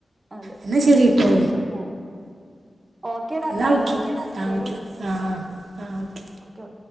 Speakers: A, on the right (about 30°); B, on the right (about 85°).
A: അത്
B: എന്നാ ശരിട്ടോ
A: അതങ്ങനെ പോവും ഓക്കേടാ
B: എന്നാ
A: ടൈമ്
B: ഓക്കെ ആ
A: ശെരി
B: ഓക്കെ ആ ആ ഓക്കെ
A: ഓക്കെ